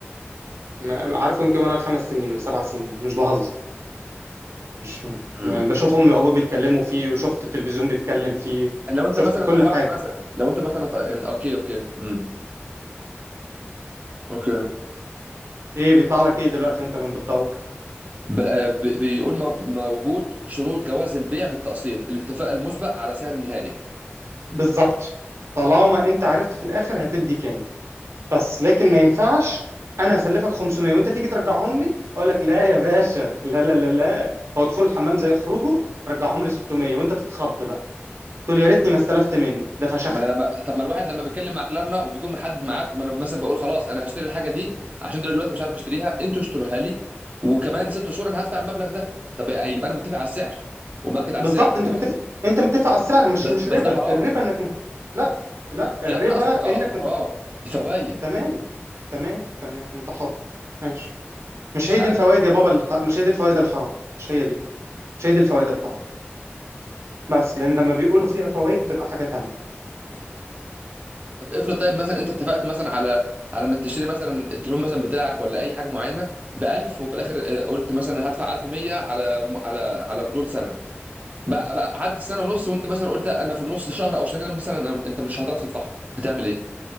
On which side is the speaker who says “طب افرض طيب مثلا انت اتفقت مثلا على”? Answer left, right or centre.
Right